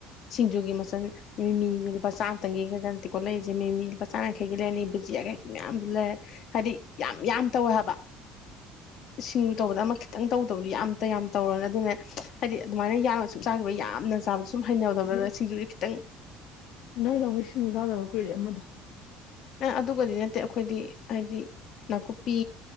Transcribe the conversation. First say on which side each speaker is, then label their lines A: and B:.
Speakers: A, on the left; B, on the left.
A: ꯁꯤꯡꯖꯨꯒꯤ ꯃꯆꯜ ꯃꯤ ꯃꯤꯁꯦ ꯂꯨꯄꯥ ꯆꯥꯝꯇꯪꯒꯤ ꯀꯩꯀꯣ ꯂꯩꯔꯤꯁꯦ ꯃꯤ ꯃꯤ ꯂꯨꯄꯥ ꯆꯥꯃꯡꯈꯩ ꯂꯩꯔꯅꯤ ꯕꯨꯖꯤꯌꯥ ꯀꯩꯒꯤ ꯃꯌꯥꯝꯒꯤ ꯂꯩꯔꯦ ꯍꯥꯏꯗꯤ ꯌꯥꯝ ꯌꯥꯝ ꯇꯧꯋꯦ ꯍꯥꯏꯕ
B: <inaudible>
A: ꯁꯤꯡꯎ ꯇꯧꯕꯗ ꯑꯃ ꯈꯤꯇꯪ ꯇꯧꯗꯕꯗꯤ ꯌꯥꯝꯇ ꯌꯥꯝ ꯇꯧꯔꯅꯤ ꯑꯗꯨꯅ ꯍꯥꯏꯗꯤ ꯑꯗꯨꯃꯥꯏꯅ ꯌꯥꯝꯅ ꯁꯨꯡ ꯆꯥꯈꯤꯕ ꯌꯥꯝꯅ ꯆꯥꯕꯁꯨ ꯁꯨꯝ ꯍꯩꯅꯕꯗꯧꯅ
B: ꯅꯣꯏ
A: ꯁꯤꯡꯖꯨꯁ ꯈꯤꯇꯪ
B: ꯅꯣꯏ ꯂꯧꯃꯤ ꯁꯤꯡꯁꯨ ꯆꯥꯗꯕ ꯀꯨꯏꯔꯦ ꯑꯃꯗ
A: ꯑ ꯑꯗꯨꯒꯗꯤ ꯅꯠꯇꯦ ꯑꯩꯈꯣꯏꯗꯤ ꯍꯥꯏꯗꯤ ꯅꯥꯀꯨꯞꯄꯤ